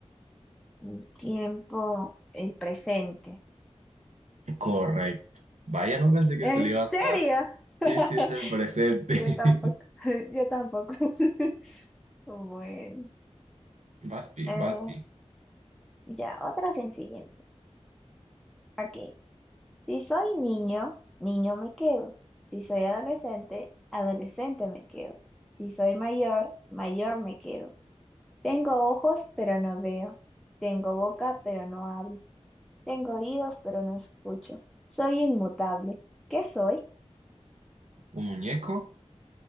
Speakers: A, in the centre; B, on the right.
A: El tiempo. El presente.
B: Correcto. Vaya, no pensé que
A: ¿En
B: se le
A: serio?
B: iba a dar. Sí,
A: <laughs>
B: sí, es el presente.
A: Yo
B: <laughs>
A: tampoco. <laughs> Yo tampoco. <laughs> Bueno.
B: Vas bien,
A: eh,
B: vas bien.
A: ya, otra sencilla. Ok. Si soy niño, niño me quedo. Si soy adolescente, adolescente me quedo. Si soy mayor, mayor me quedo. Tengo ojos, pero no veo. Tengo boca, pero no hablo. Tengo oídos, pero no escucho. Soy inmutable. ¿Qué soy?
B: ¿Un muñeco?